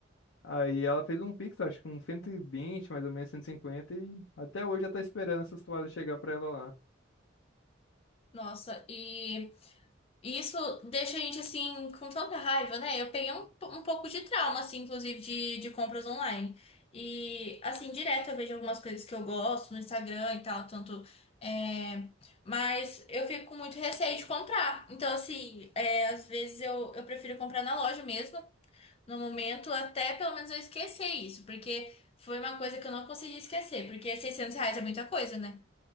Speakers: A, on the left; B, on the left.
A: Aí ela fez um pix, acho que uns 120 mais ou menos cento e cinquenta e até hoje ela tá esperando essas toalhas chegar pra ela lá.
B: Nossa, e, e isso deixa a gente assim com tanta raiva, né? Eu peguei um, po- um pouco de trauma, assim, inclusive, de, de compras online. E assim, direto eu vejo algumas coisas que eu gosto no Instagram e tal, tanto. é, mas eu fico com muito receio de comprar. Então, assim, é, às vezes eu, eu prefiro comprar na loja mesmo, no momento, até pelo menos eu esquecer isso, porque foi uma coisa que eu não consegui esquecer, porque 600 reais é muita coisa, né?